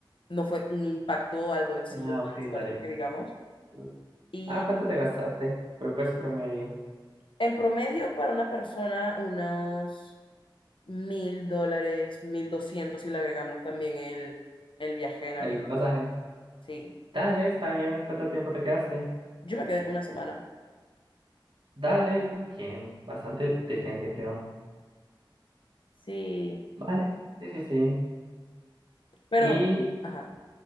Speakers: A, on the left; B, on the right.
A: no fue un impacto al bolsillo
B: Ah,
A: tan
B: ok,
A: fuerte
B: dale.
A: que digamos.
B: Mm.
A: Y
B: Ah, ¿cuánto
A: y
B: te gastaste? Pero pues promedio.
A: en promedio para una persona unos mil dólares, mil doscientos si le agregamos también el, el viaje en avión.
B: El pasaje.
A: Sí,
B: Dale, está bien. ¿Cuánto tiempo te quedaste?
A: yo me quedé una semana.
B: Dale, bien. Bastante decente, creo.
A: Sí,
B: Vale. Sí, sí, sí.
A: pero,
B: Y
A: ajá.